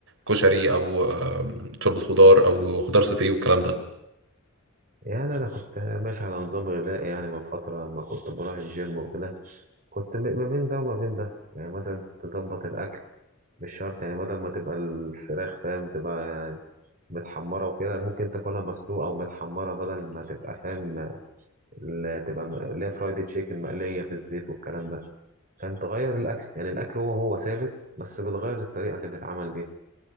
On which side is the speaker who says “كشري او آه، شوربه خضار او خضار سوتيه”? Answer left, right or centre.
Right